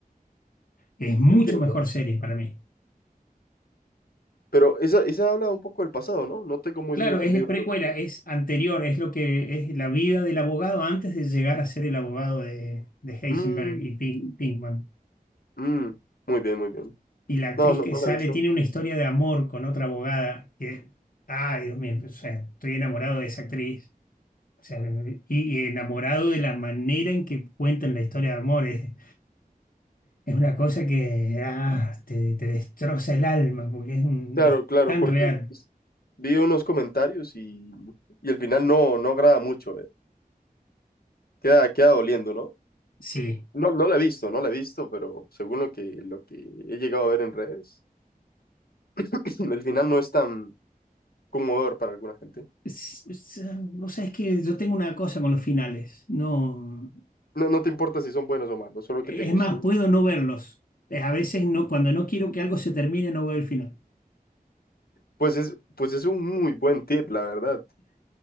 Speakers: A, on the left (about 70°); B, on the left (about 80°).
A: Es mucho
B: entiendo.
A: mejor serie para mí.
B: Pero esa, esa habla un poco del pasado, ¿no? No tengo muy
A: Claro,
B: bien entendido
A: es de precuela,
B: lo que...
A: es anterior, es lo que es la vida del abogado antes de llegar a ser el abogado de, de Heisenberg
B: Mm,
A: y Pink, Pinkman.
B: mm, muy bien, muy bien.
A: Y la actriz
B: No, no,
A: que
B: no
A: sale
B: la he visto.
A: tiene una historia de amor con otra abogada que, ay, Dios mío, o sea, estoy enamorado de esa actriz. O sea, y, y enamorado de la manera en que cuentan la historia de amor. Es, es una cosa que ah, te, te destroza el alma porque es, un-
B: Claro,
A: es
B: claro,
A: tan
B: porque
A: real.
B: es- vi unos comentarios y, y el final no, no agrada mucho, eh. Queda, queda doliendo, ¿no?
A: Sí.
B: No, no la he visto, no la he visto, pero según lo que, lo que he llegado a ver en redes, <clears throat> el final no es tan conmovedor para alguna gente.
A: Es- es- Vos sabés que yo tengo una cosa con los finales. No,
B: No, no te importa si son buenos o malos, solo
A: es
B: que te guste.
A: más, puedo no verlos. Eh, A veces no, cuando no quiero que algo se termine, no veo el final.
B: Pues es, pues es un muy buen tip, la verdad.